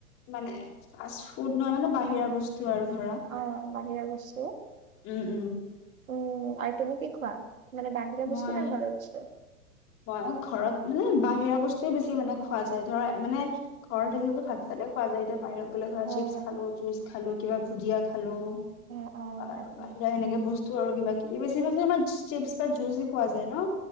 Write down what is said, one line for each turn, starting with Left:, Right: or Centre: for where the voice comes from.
Left: মানে ফাষ্ট ফুড নহয় মানে বাহিৰা বস্তু আৰু ধৰ।
Right: অ', বাহিৰা বস্তু?
Left: উম, উম।
Right: উম, আৰু তুমি কি খোৱা? মানে বাহিৰা বস্তু
Left: মই
Right: নে ঘৰৰ বস্তু?
Left: মই ঘৰত মানে বাহিৰা বস্তুৱে বেছি মানে খোৱা যায় ধৰা মানে ঘৰত থাকিলোঁ যদি ভাত চাতে খোৱা যায় এতিয়া বাহিৰৰ ধৰা
Right: অ',
Left: চিপছ খালো, জুচ খালো, কিবা ভুজিয়া খালো।
Right: অ', অ',
Left: আৰু
Right: তাকে
Left: বাহিৰা এনেকে বস্তু আৰু কিবা কিবি বেছিভাগে আমাৰ চিপছ যুজি খোঁৱা যায় ন?